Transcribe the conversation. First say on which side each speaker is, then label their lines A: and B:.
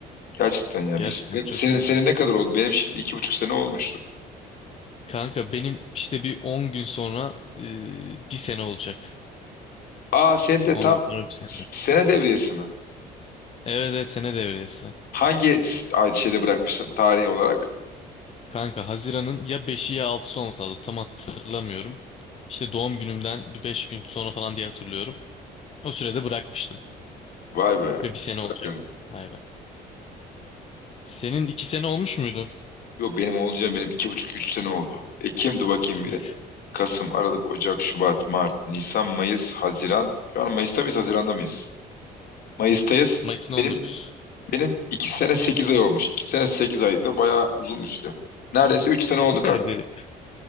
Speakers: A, on the left; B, on the left.
A: Gerçekten ya
B: Gerçekten
A: biz
B: çok
A: senin
B: iyi
A: senin
B: bıraktık.
A: ne kadar oldu? Benim şimdi iki buçuk sene olmuştur.
B: Kanka benim işte bir 10 gün sonra e, bir sene olacak.
A: Aa sen de
B: 10
A: tam
B: gün sonra bir sene.
A: sene devriyesi mi?
B: Evet evet sene devresi.
A: Hangi s- ay şeyde bırakmışsın tarih olarak?
B: Kanka Haziran'ın ya beşi ya altısı olması lazım. Tam hatırlamıyorum. İşte doğum günümden bir 5 gün sonra falan diye hatırlıyorum. O sürede bırakmıştım.
A: Vay be.
B: Ve bir sene olacak.
A: Bakalım.
B: Vay be. Senin 2 sene olmuş muydu?
A: Yok benim olacağım benim iki buçuk üç sene oldu. Ekim'di bakayım.
B: 3.
A: Kasım, Aralık, Ocak, Şubat, Mart, Nisan, Mayıs, Haziran. Şu an Mayıs'ta mıyız, Haziran'da mıyız? Mayıs'tayız.
B: Mayıs'ın 19.
A: Benim benim iki sene sekiz ay olmuş. iki sene sekiz ay da bayağı uzun bir süre. Neredeyse üç sene oldu
B: Ne kadar
A: kanka.
B: garip.